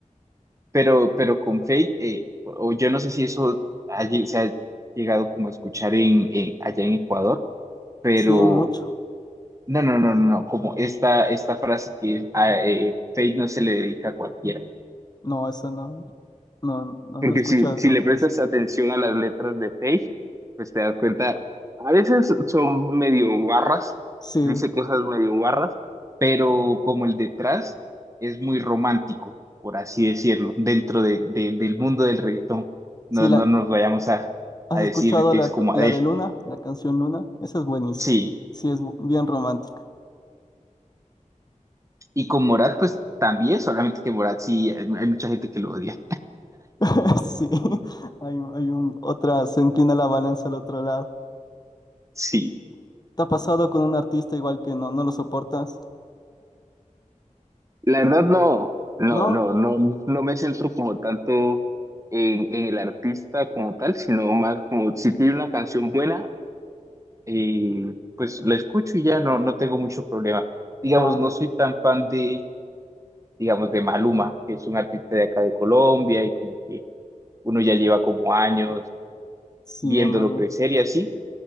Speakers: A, on the right; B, on the left.
A: Pero, pero con Fate, eh, o yo no sé si eso ha lle- se ha llegado como a escuchar en, en- allá en Ecuador, pero
B: Sí, mucho.
A: No, no, no, no, no, como esta, esta frase que es, a, eh, Fate no se le dedica a cualquiera.
B: No, eso no, no, no,
A: Porque
B: no he escuchado
A: si, si
B: esa
A: le
B: frase.
A: prestas atención a las letras de Fate, pues te das cuenta, a veces son medio barras,
B: Sí.
A: dice cosas medio barras, pero como el detrás es muy romántico, por así decirlo, dentro de, de- del mundo del reggaetón.
B: Sí,
A: No,
B: la,
A: no nos vayamos a,
B: ¿Has
A: a
B: escuchado
A: decir que
B: la,
A: es como
B: ca- la
A: Adele.
B: de Luna, la canción Luna? Esa es buenísima.
A: Sí,
B: Sí, es bu- bien romántica.
A: y con Morat, pues también, solamente que Morat sí, hay hay mucha gente que lo odia.
B: <laughs> Sí, hay, hay un, otra, se inclina la balanza al otro lado.
A: Sí.
B: ¿Te ha pasado con un artista igual que no, no lo soportas?
A: La verdad no, no,
B: ¿No?
A: no, no, no me centro como tanto en, en el artista como tal, sino más como si tiene una canción buena, eh, pues la escucho y ya no, no tengo mucho problema. Digamos,
B: Ah,
A: no soy tan fan de, digamos, de Maluma, que es un artista de acá de Colombia y como que uno ya lleva como años
B: sí,
A: viéndolo
B: de Maluma.
A: crecer y así,